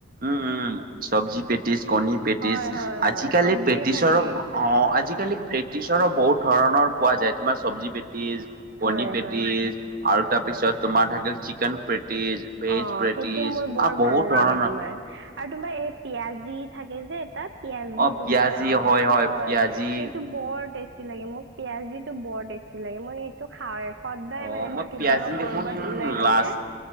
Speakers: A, on the right; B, on the right.
A: উম উম উ চব্জি পেটিছ। কণী পেটিছ
B: হয় হয়
A: আজিকালি
B: হয় চব্জি
A: পেটিছৰ
B: থাকে
A: অ আজিকালি প্ৰেটিছৰো বহুত ধৰণৰ পোৱা যায় তোমাৰ চব্জি পেটি টিছ
B: হয়
A: কণী পেটিছ
B: হয়
A: আৰু তাৰপিছত তোমাৰ থাকিল চিকেন পেট পেটিছ ভেজ
B: অ
A: প্ৰেটিছ
B: সেইটো মোৰ বৰ
A: আৰু বহুত
B: ভাল লাগে
A: ধৰণৰ
B: তোমাৰ আৰু তোমাৰ এই পিয়াজ দি থাকে যে এটাত পিয়াজি
A: অ
B: তোমাৰ
A: পিয়াজি
B: অ হয়
A: পিয়াজি
B: এইটো বৰ টেষ্ট টেষ্টি লাগে মোক পিয়াজিটো বৰ টেষ্টি লাগে মই এইটো খাওঁৱে। সদায়
A: অ
B: মানে মই কেতিয়াবা
A: পিয়াজি
B: কৰবাত
A: দেখোন
B: ওলাই গলে
A: লাষ্ট